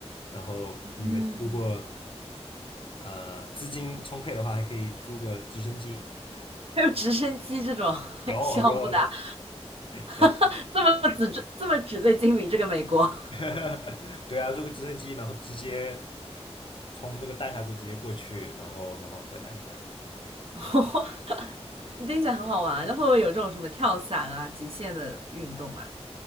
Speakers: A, on the left; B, on the right.
A: 然后你们如果
B: 嗯，
A: 呃资金充沛的话，还可以租个直升机。
B: <laughs> 还有直升机这种 <laughs>
A: 有有，
B: 项目的啊，<laughs>
A: 对，
B: 这么纸醉这么纸醉金迷，这个美国，
A: <laughs> 对啊，坐个直升机，然后直接从这个大峡谷直接过去，然后然后回来这样。
B: <laughs>
A: 对
B: 听起来很好玩。那会不会有这种什么跳伞啊、极限的运动啊？